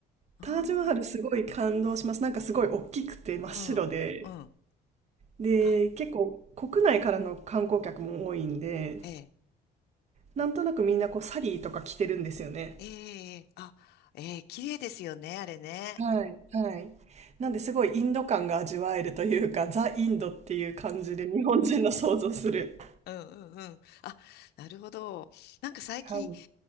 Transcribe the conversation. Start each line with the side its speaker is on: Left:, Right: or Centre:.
Left: うー
Right: タージマハルすごい感動します。
Left: ん。
Right: なんかすごい大きくて真っ白で。
Left: うん。うん。
Right: で、
Left: あ、
Right: 結構国内からの観光客も多いんで、
Left: ええ。
Right: なんとなくみんなこうサリーとか着てるんですよね。
Left: ええ。あ、ええ、綺麗ですよね、あれね。
Right: はい、はい。なんで、すごいインド感が味わえるというか、ザ・インドっていう感じで日本人の想像する。
Left: うんうんうん。あ、なるほど。なんか最近、
Right: はい。